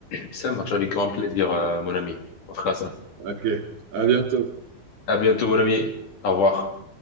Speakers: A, on the left (about 55°); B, on the right (about 85°).
A: Ça marche avec grand plaisir, euh, mon ami. On fera ça.
B: Ok, à bientôt.
A: À bientôt, mon ami. Au revoir.